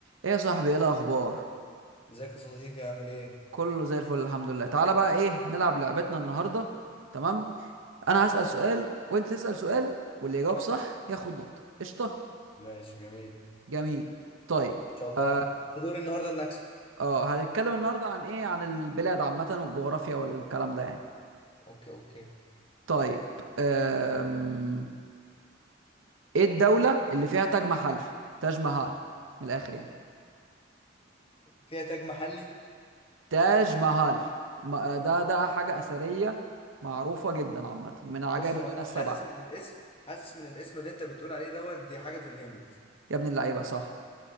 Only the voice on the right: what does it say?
ايه يا صاحبي ايه الاخبار
كله زي الفل الحمد لله تعالى بقى ايه نلعب لعبتنا النهارده تمام انا هسأل سؤال وانت تسأل سؤال واللي يجاوب صح ياخد نقطة قشطة
جميل طيب
اه
آه، هنتكلم النهارده عن ايه عن البلاد عامة والجغرافيا والكلام ده يعني
طيب أم... ايه الدولة اللي فيها تاج محل تاج محل من الاخر يعني
تاج محل ما- ده ده حاجة أثرية معروفة جدا عامة من عجائب
الدنيا
السبعة
يا ابن اللعيبة صح